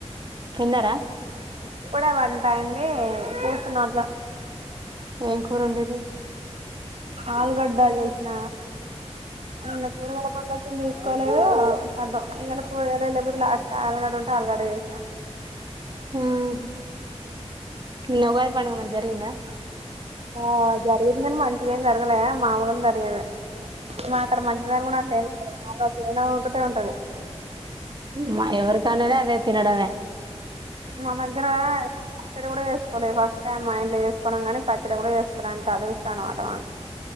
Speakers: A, on the right (about 40°); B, on the right (about 60°).
A: తిన్నారా
B: ఇప్పుడే వంట అయింది కూసున అట్లా
A: ఏం కూర ఒండిరు
B: ఆలుగడ్డ చేసిన నిన్న కూరగాయల బండి వచ్చింది. కోలేదు కతం ఇయాల కూరగాయలే లేవు లాస్ట్ ఆలగడ్డ ఉంటే ఆలుగడ్డ చేసిన
A: హ్మ్ నిన్న ఉగాది పండగ మంచిగ జరిగిందా
B: ఆ జరిగింది గాని మంచిగా ఏం జరగలే మామూలుగానే జరిగింది. అక్కడ మంచిదారు కూడా అంటే ఏమి ఉంటది చేయన ఒకటె ఉంటది
A: మా ఎవరుకన్నాదే అదే తినడంమే
B: మాన దగ్గర పచ్చడ కూడా చే వసుకోలే ఫస్ట్ టైం మా ఇంట్లో చేసుకోవడం కాని పచ్చడి కూడా చేసుకోనే అంత అదృష్టం అనమాట. మన